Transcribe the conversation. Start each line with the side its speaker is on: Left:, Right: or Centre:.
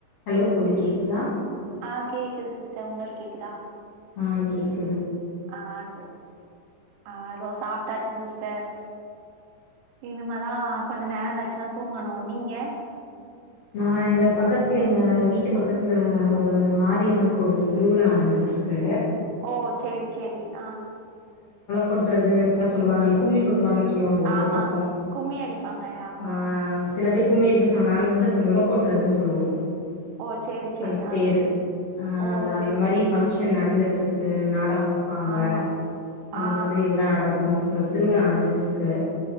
Left: ஹலோ தோழி கேக்குதா
Right: ஆஹ் கேக்குது சிஸ் உங்களுக்கு கேக்குதா
Left: ஆஹ் கேக்
Right: ஆஹ் சரி ஆஹ் அதோ சாப்ட்டாச் சிஸ் டர் இனிமதா கொஞ்சோ நேரோ களிச்சி தா தூங்கணு நீங்க
Left: நா இந்த பக்கத்துல எங்க வீட்டு பக்கத்துல ஒரு மாரியம்மன் கோவில் திருவிழா நடந்துன்ட்டு ருக்கு
Right: ஓ சேரி சேரி ஆஹ்
Left: கொட்டறது இதெல்லா சொல்லுவாங்கல்ல கும்மி கொட் டு வாங்கன் சொல்லுவாங்க ஒவ்வொரு
Right: ஆமா
Left: பக்கோ
Right: கும்மி அடிப்பாங்க ஆமா
Left: ஆஹ் சில பேருக் கும்மிடுபசோ நாங்க வந்து அத மொள கொட்டுறதுன்னு சொல்லுவோ
Right: ஓ சேரி சேரி
Left: அதுக்கு
Right: ஆ
Left: பேரு அஹ்
Right: ஓ
Left: அது அந்த
Right: சேரி
Left: மாதிரி
Right: சேரி
Left: ஃபங்க்ஷன் நடந்து இருக்கு நாடகோ அமைப்பாங்க
Right: ஆமா
Left: அந்த
Right: ஆ
Left: மாதிரி எல்லாம் நடக்கும் திருவிழா நடந்துட்டு இருக்கு